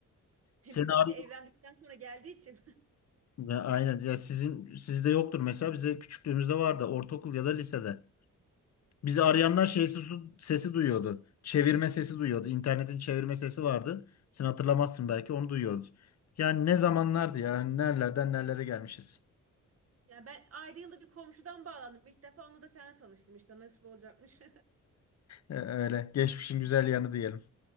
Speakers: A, on the right; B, on the left.
A: <laughs>
B: Seni
A: Bizimki
B: arıyor.
A: evlendikten sonra geldiği için.
B: Ya aynen. Ya sizin sizde yoktur mesela bize küçüklüğümüzde vardı ortaokul ya da lisede. Bizi arayanlar şey sesi, sesi duyuyordu. Çevirme sesi duyuyordu. İnternetin çevirme sesi vardı. Sen hatırlamazsın belki onu duyuyordu. Yani ne
A: <laughs>
B: zamanlardı ya. Hani Nerelerden nerelere gelmişiz.
A: Yani ben ayda yılda bir komşudan bağlandım. İlk defa onunla da seninle tanıştım işte nasip olacakmış.
B: E, Öyle. Geçmişin güzel yanı diyelim.